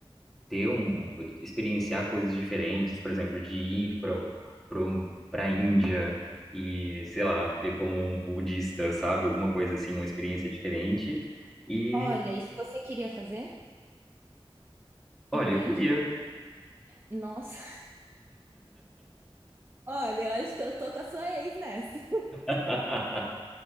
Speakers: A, in the centre; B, on the right (about 25°).
A: ter um, experienciar coisas diferentes, por exemplo, de ir para para a Índia e, sei lá, viver como um budista, sabe, alguma coisa assim, uma experiência diferente. E
B: Olha, isso você queria fazer?
A: Olha,
B: Ir pra
A: eu
B: Índia?
A: queria.
B: Nossa, Olha, eu acho que eu tô com a sua ex nessa. <laughs>
A: <laughs>